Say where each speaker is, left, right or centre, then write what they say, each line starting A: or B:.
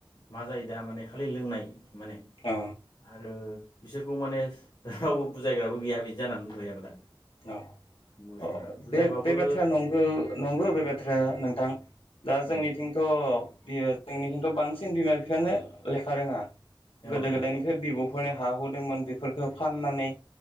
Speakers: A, on the left; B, on the left.
A: मा जायो दा माने खालि लोंनाय माने
B: औ
A: आरो बिसोरखौ माने रावबो बुजायग्राबो गैया बिदि जानानै दथैयो आरो दा
B: औ
A: बुस्थुआ
B: औ
A: बुजायबाबो
B: बे बे बाथ्राया नंगौ नंगौ
A: औ
B: बे बाथ्राया नोंथां दा जोंनिथिंथ'
A: औ
B: बियो जोंनिथिंथ' बांसिन बिमा बिफायानो लेखा रोङा गोदो
A: नोंथां
B: गोदायनिफ्राय बिब' हा हच होदोंमोन बेफोरखौ फाननानै